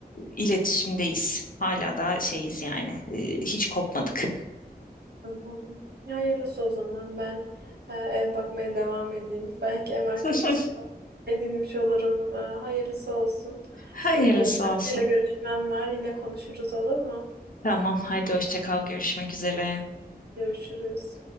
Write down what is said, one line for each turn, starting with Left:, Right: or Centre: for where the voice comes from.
Left: iletişimdeyiz. Hala daha şeyiz yani. E, hiç kopmadık.
Right: anladım. Ya Hayırlısı o zaman ben e, ev bakmaya devam edeyim. <laughs> Belki ev arkadaşı
Left: <laughs>
Right: da edinmiş olurum. Ee, hayırlısı olsun.
Left: Hayırlısı
Right: Şimdi bir emlakçıyla
Left: olsun.
Right: görüşmem var. Yine konuşuruz olur mu?
Left: Tamam, haydi hoşça kal. Görüşmek üzere.
Right: Görüşürüz.